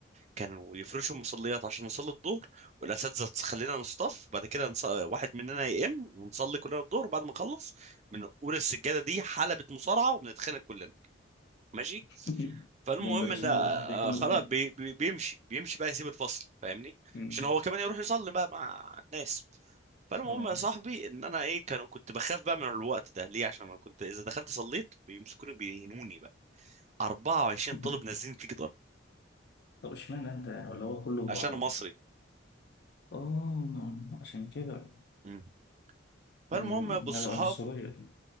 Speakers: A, on the right; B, on the left.
A: كانوا يفرشوا المصليات عشان نصلي الظهر والاساتذه تخلينا نصطف بعد كده نص... واحد مننا يقم ونصلي كلنا الظهر وبعد ما نخلص بنقول السجاده دي حلبة مصارعه وبنتخانق كلنا ماشي
B: <laughs>
A: فالمهم
B: والمدرسين
A: ان آه،
B: بيروحوا بيكونوا
A: آه، خلاص
B: فين؟
A: بي بي بيمشي بيمشي بقى يسيب الفصل فاهمني
B: مم.
A: عشان هو كمان يروح يصلي بقى مع الناس فالمهم
B: اه
A: يا صاحبي ان انا ايه كانوا كنت بخاف بقى من الوقت ده ليه عشان انا كنت اذا دخلت صليت بيمسكوني بيهنوني بقى 24
B: <laughs>
A: طالب نازلين فيك ضرب
B: طب اشمعنى انت يعني ولا هو كله في
A: عشان
B: بعضه؟
A: أنا مصري
B: اه عشان كده
A: مم. فالمهم
B: مم،
A: يا ابو الصحاب
B: هذا عنصرية